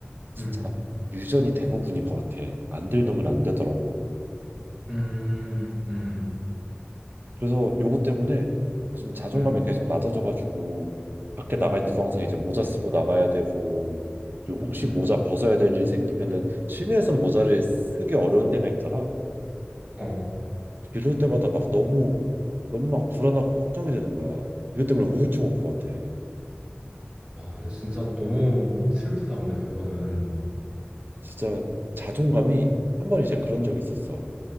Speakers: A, on the right; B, on the right.
A: 진짜
B: 음,
A: 유전이 대부분인 것 같아. 안 될 놈은 안 되더라고.
B: 음, 음,
A: 그래서 요거 때문에 요즘 자존감이
B: 음,
A: 계속 낮아져가지고 밖에 나갈
B: 음,
A: 때도 항상 이제 모자 쓰고 나가야 되고 그리고 혹시
B: 음,
A: 모자 벗어야 될 일이 생기면은 시내에서 모자를 쓰기 어려운 때가 있더라.
B: 어.
A: 이럴 때마다 막 너무 너무 막 불안하고 걱정이 되는 거야. 이것 때문에 우울증 올 것 같아.
B: 아, 근데 진짜 너무 슬프다. 근데 그거는
A: 진짜 자존감이 한 번 이제 그런
B: 어,
A: 적이 있었어.